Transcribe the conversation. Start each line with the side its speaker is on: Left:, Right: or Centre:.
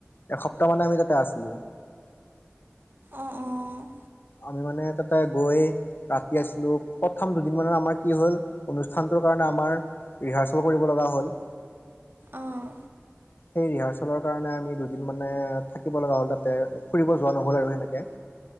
Left: এসপ্তাহ মানে আমি তাতে আছিলো।
Right: অঁ', অঁ'।
Left: আমি মানে তাতে গৈ - ৰাতি আছিলোঁ। প্ৰথম দুদিন মানৰ আমাৰ কি হল, অনুষ্ঠানটোৰ কাৰণে আমাৰ - ৰিহাৰ্চল কৰিব লগা হ'ল।
Right: অঁ
Left: সেই ৰিহাৰ্চলৰ কাৰণে আমি দুদিন মানে থাকিব লগা হ'ল তাতে। ফুৰিব যোৱা নহ'ল আৰু সেনেকে।